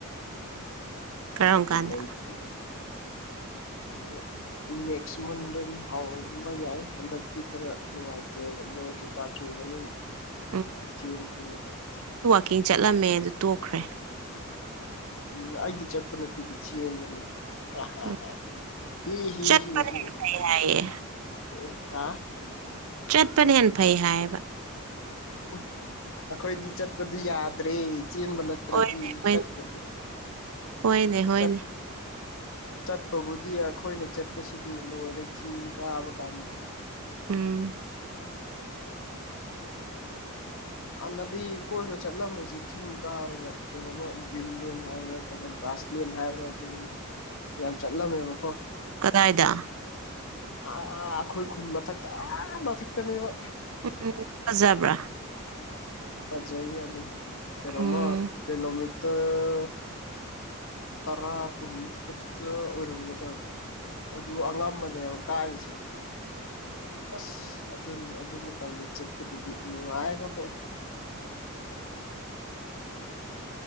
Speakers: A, on the right (about 70°); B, on the left (about 65°).
A: ꯀꯔꯝ
B: ꯑꯗꯨꯗꯩꯗꯤ
A: ꯀꯥꯟꯗ
B: ꯀꯩꯅ ꯅꯦꯛꯁ ꯃꯟꯗꯗꯤ ꯍꯥꯎꯝꯕ ꯌꯥꯏ ꯍꯟꯗꯛꯇꯤ ꯈꯔ ꯅꯨꯡꯉꯥꯏꯇ꯭ꯔꯦꯕ ꯅꯣ ꯀꯩꯀꯥ ꯆꯨꯕꯅꯤꯅ
A: <inaudible>
B: ꯆꯦꯟꯕꯗꯨꯢ ꯋꯥꯊꯤ
A: ꯀꯤꯡ ꯆꯠꯂꯝꯃꯦ ꯑꯗꯨ ꯇꯣꯛꯈ꯭ꯔꯦ
B: ꯎꯝ ꯑꯩꯗꯤ ꯆꯠꯄ ꯅꯠꯇꯦꯗꯤ ꯆꯦꯟꯕꯅꯤ <unintelligible>
A: ꯎꯝ
B: <unintelligible>
A: ꯆꯠꯄꯅ ꯍꯥꯏꯌꯦ ꯆꯠꯄꯅ ꯍꯦꯟ ꯐꯩ ꯍꯥꯏꯌꯦꯕ
B: ꯎꯝ ꯑꯩꯈꯣꯏꯗꯤ ꯆꯠꯄꯗꯨ ꯌꯥꯗ꯭ꯔꯦ ꯆꯦꯟꯕ ꯅꯠ ꯇꯔꯗꯤ
A: ꯍꯣꯏꯅꯦ ꯍꯣꯏꯅꯦ
B: ꯆꯠꯄꯗꯤ
A: ꯍꯣꯏꯅꯦ ꯍꯣꯏꯅꯦ
B: ꯆꯠ ꯆꯠꯄꯕꯨꯗꯤ ꯌꯥ ꯑꯩꯈꯣꯏꯅ ꯆꯠꯄꯁꯤꯗꯤ ꯂꯣꯏꯔꯦ ꯆꯤꯡ ꯀꯥꯕ ꯀꯥꯟꯗ
A: ꯎꯝ
B: ꯍꯥꯟꯅꯗꯤ ꯀꯣꯏꯕ ꯆꯠꯂꯝꯕꯁꯤ ꯆꯤꯡ ꯀꯥꯔꯒ ꯀꯩꯅꯣꯝꯃ ꯒ꯭ꯔꯤꯟꯂꯦꯟ ꯍꯥꯏꯕ꯭ꯔꯥ ꯀꯩꯅꯣ ꯒ꯭ꯔꯥꯁꯂꯦꯟ ꯍꯥꯏꯕ꯭ꯔꯥ ꯑꯗꯨꯗꯤ ꯌꯥꯝ ꯆꯠꯂꯝꯃꯦꯕꯀꯣ
A: ꯀꯗꯥꯏꯗ
B: ꯑꯥ ꯑꯩꯈꯣꯏ ꯈꯨꯟ ꯃꯊꯛꯇ ꯑꯥ ꯃꯊꯛꯇꯅꯦꯕ
A: ꯎꯝ ꯎꯝ ꯐꯖꯕ꯭ꯔꯥ
B: ꯐꯖꯩꯌꯦ ꯑꯗꯨꯝ ꯀꯩꯅꯣꯃ
A: ꯎꯝ
B: ꯀꯤꯂꯣꯃꯤꯇꯔ ꯇꯔꯥ ꯀꯨꯟꯃꯨꯛ ꯈꯛꯇ ꯑꯣꯏꯔꯝꯒꯗ꯭ꯔ ꯑꯗꯨ ꯑꯉꯝꯕꯅꯦꯕ ꯀꯥꯔꯤꯁꯦ ꯑꯁ ꯑꯗꯨ ꯑꯗꯨ ꯃꯇꯝꯗ ꯆꯠꯄꯗꯨꯗꯤ ꯅꯨꯉꯥꯏꯈ ꯄꯣꯠꯅꯤ